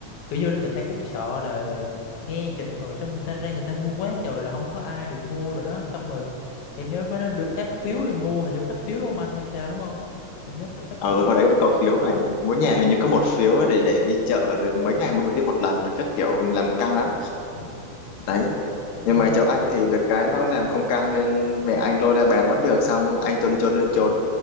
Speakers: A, on the left; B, on the left.
A: kiểu như là người ta cũng sợ là nghe dịch rồi xong người ta ra người ta mua quá trời là không có ai được mua rồi đó xong rồi em nhớ nó được phát phiếu để mua hình như phát phiếu đúng không anh hay sao đúng không em nhớ phải phát
B: ờ
A: phiếu
B: hồi đấy có phiếu mà mỗi nhà hình như có một phiếu để để đi chợ rồi mấy ngày mới đi một lần rồi các kiểu làm căng lắm
A: Ừ. ừ,
B: đấy
A: đúng
B: nhưng mà
A: không
B: cháu anh thì được cái nó làm không căng nên mẹ anh lôi ra bán vẫn được xong anh trốn trốn trốn trốn